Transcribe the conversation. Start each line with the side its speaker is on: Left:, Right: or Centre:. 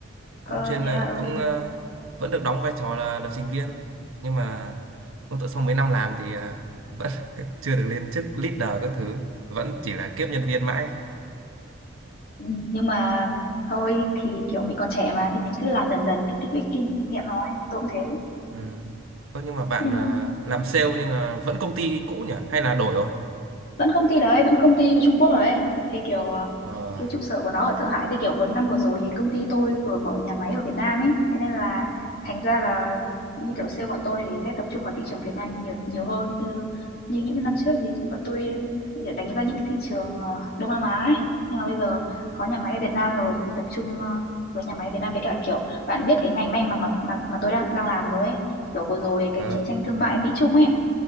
Left: Ờ
Right: cũng chuyên
Left: thế
Right: ờ,
Left: à ừ.
Right: cũng ờ, vẫn được đóng vai trò là lập trình viên nhưng mà cũng tự sau mấy năm làm thì ờ, vẫn <laughs> chưa được lên chức leader các thứ vẫn chỉ là kiếp nhân viên mãi
Left: Ừ, Nhưng mà thôi thì kiểu mình còn trẻ mà thì mình cứ làm dần dần mình tích lũy kinh kinh nghiệm thôi. Tôi cũng thế.
Right: ừ. Ơ, nhưng mà bạn
Left: Nhưng
Right: ờ,
Left: mà
Right: làm sale nhưng mà vẫn công ty cũ nhỉ hay là đổi rồi
Left: vẫn công ty đấy vẫn công ty của Trung Quốc đấy thì kiểu ờ,
Right: ờ
Left: cái trụ sở của nó ở Thượng Hải thế kiểu vừa năm vừa rồi thì công ty tôi vừa mở nhà máy ở Việt Nam ấy thế nên là thành ra là như kiểu sale bọn tôi thì sẽ tập trung vào thị trường Việt Nam nhiều nhiều hơn như như những năm trước thì bọn tôi để đánh ra những cái thị trường ờ, Đông Nam Á ấy nhưng mà bây giờ có nhà máy ở Việt Nam rồi thì tập trung ờ, với nhà máy Việt Nam với cả kiểu bạn biết cái ngành may mặc mà mà mà tôi đang đang làm rồi ấy kiểu vừa rồi cái
Right: ờ
Left: chiến tranh thương mại Mỹ Trung ấy